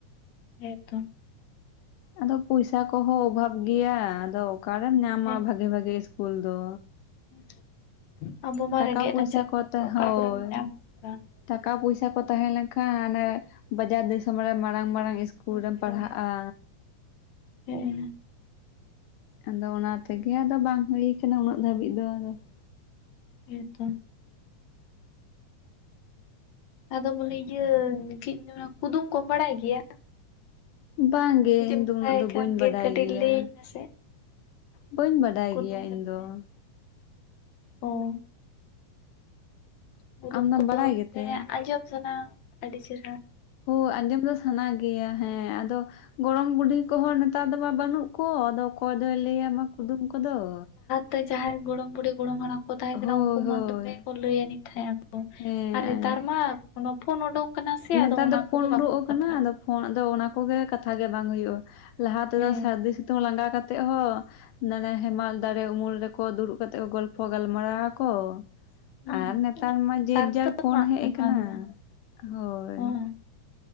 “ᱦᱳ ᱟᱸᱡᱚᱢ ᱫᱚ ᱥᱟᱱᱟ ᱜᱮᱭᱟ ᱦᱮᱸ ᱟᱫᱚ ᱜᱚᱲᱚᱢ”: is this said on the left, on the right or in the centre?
Left